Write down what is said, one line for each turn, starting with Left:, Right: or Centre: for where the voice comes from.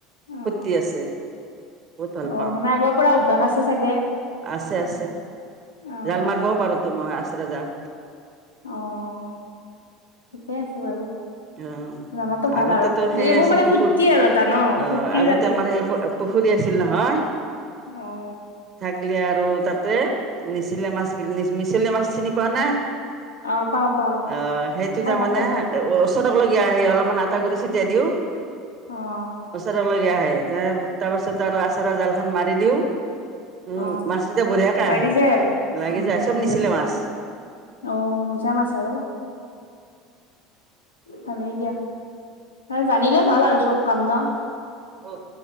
Left: অ
Right: ফুৰ্তি আছে বহুত ভাল
Left: অ
Right: পাওঁ।
Left: মানে আগৰ পৰা অভ্যাস আছে চাগে
Right: আছে - আছে,
Left: অ
Right: জাল মাৰবও পাৰো তো মই আছাৰা জাল।
Left: অ', থিকেই আছে বাৰু।
Right: অ'
Left: জানাটো ভাল
Right: আগতেতো
Left: আৰু
Right: সেই
Left: এইবোৰ
Right: আছিল
Left: মানে
Right: পুখুৰী
Left: ফূৰ্তি আৰু এটা ন'
Right: অ'
Left: ফুৰ্তিও
Right: আগতে
Left: লাগে
Right: আমাৰ সেই পুখুৰী আছিল নহয়
Left: অ',
Right: থাকিলে আৰু তাতে নিচিলা মাছ মিছলীয়া মাছ চিনি পাৱা নে?
Left: অ পাও পাও
Right: অ', সেইটো
Left: খাই
Right: তাৰমানে
Left: ভাল লাগে অ
Right: অচ চটকলগীয়া আহে অলপমান আটা গুৰি ছটিয়াই দিওঁ
Left: অ',
Right: ওচৰলৈকে আহে তাৰপাছত আৰু আচাৰা জালখন মাৰি দিওঁ উম,
Left: অ
Right: মাছ কেইটা বঢ়িয়াকে
Left: লাগি
Right: আহে
Left: যায় আৰু
Right: লাগি
Left: উম
Right: যায় চব
Left: ভাল
Right: মিছলিয়া
Left: লাগে
Right: মাছ।
Left: অ', মিছামাছ আৰু ভালেই দিয়া জানিলে ভাল আৰু চব কাম ন
Right: হয়